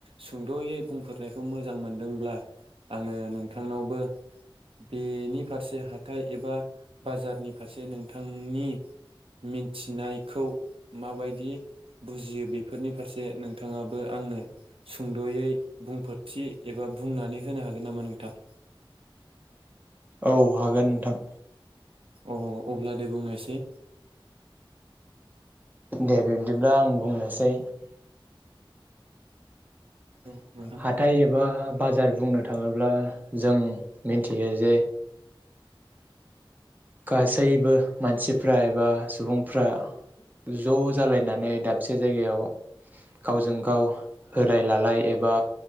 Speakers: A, on the right; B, on the right.
A: सुंद'यै बुंफोरनायखौ मोजां मोनदोंब्ला आङो नोंथांनावबो बेनि फारसे हाथाइ एबा बाजारनि फारसे नोंथांनि मिथिनायखौ माबायदि बुजियो बेफोरनि फारसे नोंथाङाबो आंनो सुंद'यै बुंफोरथि एबा बुंनानै होनो हागोन नामा नोंथां?
B: औ हागोन नोंथां।
A: अ अब्ला दे बुंनायसै
B: दे बिब्दिब्ला आं बुंनोसै
A: औ नोंथां
B: हाथाय एबा बाजार बुंनो थाङोब्ला जों मोनथियो जे गासैबो मानसिफ्रा एबा सुबुंफ्रा ज' जालायनानै दाबसे जायगायाव गावजों गाव होलाय लालाय एबा